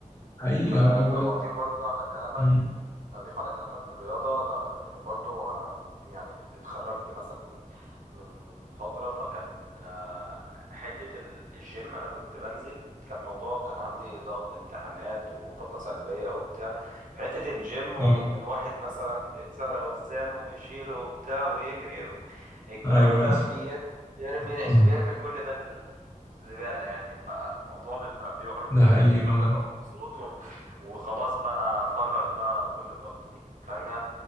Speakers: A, on the left; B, on the right.
A: حقيقي
B: فبضيف
A: اه هو
B: برضه على كلامك
A: مم.
B: أضيف على كلامك في الرياضة أنا يعني برضو أنا يعني اتخرجت مثلا من من فترة فكان آه، حتة ال- الجيم أنا كنت بنزل كان الموضوع كان عندي ضغط امتحانات وطاقة سلبية وبتاع في حتة الجيم وإن
A: اه
B: الواحد مثلا بيكسر أوزانه وبيشيله وبتاع ويجري و... الكلام
A: أيوه
B: ده بيرمي بيرمي
A: <laughs> مم.
B: بيرمي كل ده في الزبالة يعني فالموضوع بيبقى بيخرج من
A: ده
B: الجيم
A: حقيقي
B: إن
A: والله
B: هو بيبقى مبسوط وخلاص بقى فرغ بقى كل طاقته دي فانا